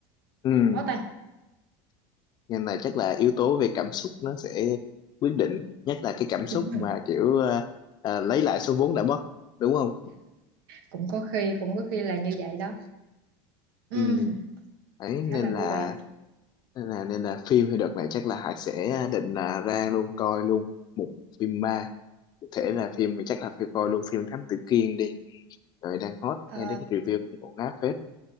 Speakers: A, on the left; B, on the right.
A: ừ.
B: bó tay
A: Ngành này chắc là yếu tố về cảm xúc nó sẽ quyết định nhất là cái cảm xúc
B: đúng
A: mà
B: rồi
A: kiểu ờ, ờ, lấy lại số vốn đã mất đúng không?
B: cũng có khi cũng có khi là như vậy đó ừ
A: Ừ. Đấy,
B: khá
A: nên
B: là
A: là
B: thú vị
A: nên là nên là phim thì đợt này chắc là Hải sẽ định là ra luôn coi luôn một phim ma Có thể là phim thì chắc là phải coi luôn phim Thám Tử Kiên đi rồi đang hot
B: Ờ,
A: nghe đến review cũng ổn ngáp phết